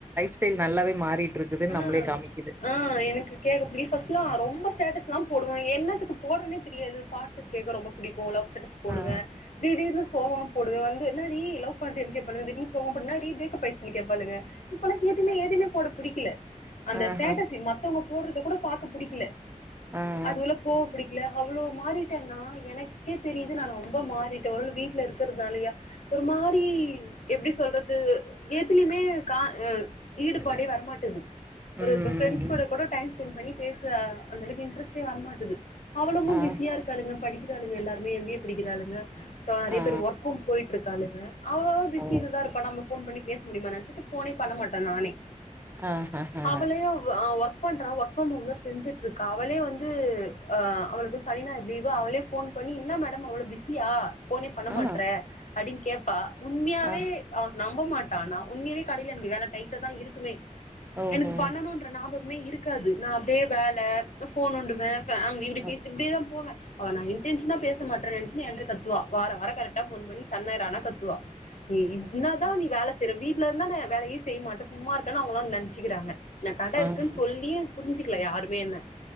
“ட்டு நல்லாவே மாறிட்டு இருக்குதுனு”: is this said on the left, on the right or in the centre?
Right